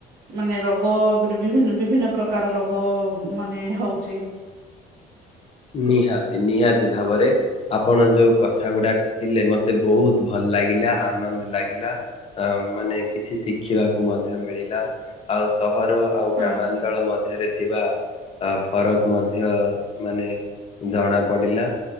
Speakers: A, on the right (about 85°); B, on the left (about 35°).
A: ମାନେ ରୋଗ ପରି ବିଭିନ୍ନ ବିଭିନ୍ନ ପ୍ରକାର ରୋଗ ମାନେ ହଉଚି
B: ନିହାତି, ନିହାତି ଭାବରେ, ଆପଣ ଯୋଉ କଥା ଗୁଡା କହିଲେ ମତେ ମତେ ବହୁତ ଭଲ ଲାଗିଲା, ଆନନ୍ଦ ଲାଗିଲା ଆଉ ମାନେ କିଛି ଶିଖିବାକୁ ମଧ୍ୟ ମିଳିଲା ଆଉ ସହର, ଆଉ
A: ହଁ
B: ଗ୍ରାମାଞ୍ଚଳ
A: ହଁ
B: ମଧ୍ୟରେ ଥିବା ଆ ଫରକ ମଧ୍ୟ ମାନେ ଜଣା ପଡ଼ିଲା।